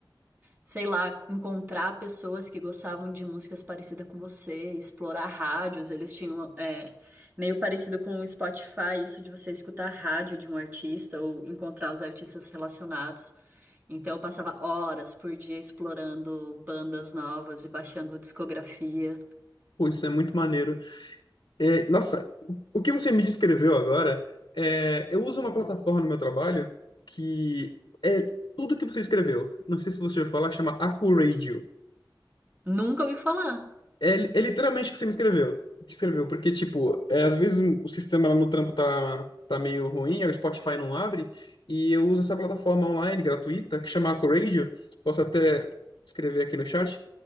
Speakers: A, on the right; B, on the left.
A: sei lá, encontrar pessoas que gostavam de músicas parecidas com você, explorar rádios. Eles tinham é, meio parecido com o Spotify, isso de você escutar rádio de um artista ou encontrar os artistas relacionados. Então eu passava horas por dia explorando bandas novas e baixando discografia.
B: Pô, isso é muito maneiro. É, nossa, o o que você me descreveu agora, é, eu uso uma plataforma no meu trabalho que é tudo que você escreveu. Não sei se você já ouviu falar, chama Acuradio.
A: Nunca ouvi falar.
B: É, li- é literalmente o que você me escreveu. Descreveu, porque, tipo, é, às vezes o o sistema lá no trampo tá, tá meio ruim, aí o Spotify não abre, e eu uso essa plataforma online gratuita que chama Acuradio. Posso até escrever aqui no chat.